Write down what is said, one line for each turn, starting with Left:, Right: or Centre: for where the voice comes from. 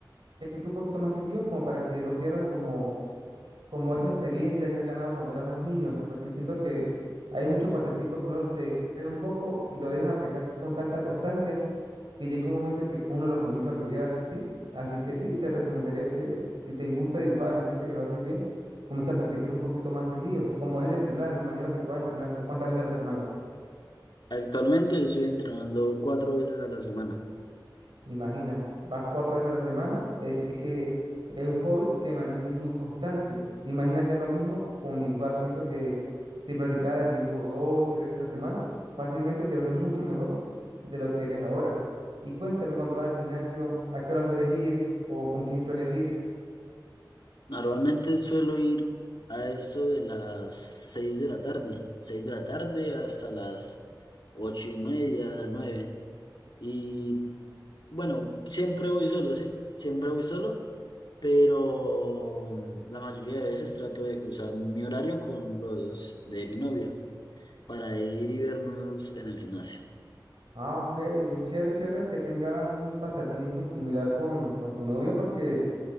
Right: que un poquito más seguido, como para que no pierdas como, como esa experiencia que has ganado cuando eras más niño, porque siento que hay muchos pasatiempos que uno se cree un poco y lo deja aplicar con tanta constancia que llega un momento que uno los comienza a olvidar, ¿sí? Así que sí, te recomendaría que si te gusta dibujar y sientes que lo haces bien, comienza a practicar un poquito más seguido, como es el entrenar. Me imagino que tú vas a entrenar como cuántas veces a la semana.
Left: Actualmente estoy entrenando cuatro veces a la semana.
Right: Imagina, vas cuatro veces a la semana, es decir que es un hobby que mantienes muy constante. Imagina hacer lo mismo con dibujar. Siento que si practicara el dibujo dos, tres veces a la semana, fácilmente te vuelves mucho mejor de lo que eres ahora. Y cuéntame, cuando vas al gimnasio, ¿a qué hora sueles ir o con quién sueles ir?
Left: Normalmente suelo ir a eso de las 6 de la tarde, 6 de la tarde hasta las ocho y media, nueve Y bueno, siempre voy solo, sí, siempre voy solo, pero mm, la mayoría de veces trato de cruzar mi horario con los de mi novia para ir y vernos en el gimnasio.
Right: Ah, ok, qué chévere, chévere que tengas un pasatiempo en similar con, con tu novia, porque